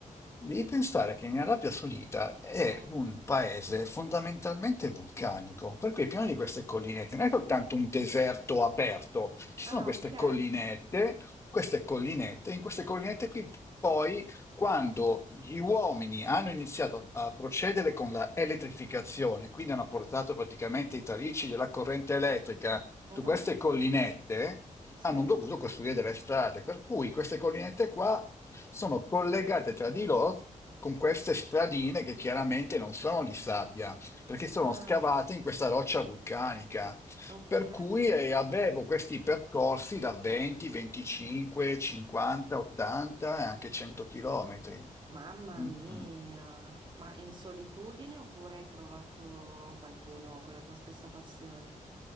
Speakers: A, on the left; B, on the right.
A: Devi pensare che in Arabia Saudita è
B: Mm.
A: un paese fondamentalmente vulcanico, per cui è pieno di queste collinette, non è soltanto un deserto aperto, ci
B: Ah,
A: sono queste
B: ok.
A: collinette, queste collinette, in queste collinette qui poi quando gli uomini hanno iniziato a procedere con la elettrificazione, quindi hanno portato praticamente i tarici della corrente elettrica su
B: Mhm,
A: queste collinette,
B: Sì.
A: hanno dovuto costruire delle strade, per cui queste collinette qua sono collegate tra di loro con queste stradine che chiaramente non sono di sabbia, perché sono
B: Ah.
A: scavate in questa roccia vulcanica.
B: Ok,
A: Per cui eh, avevo questi percorsi da 20, 25, 50, 80 e anche 100 chilometri.
B: mamma
A: Mm,
B: mia,
A: mm.
B: ma in solitudine oppure hai trovato qualcuno con la tua stessa passione?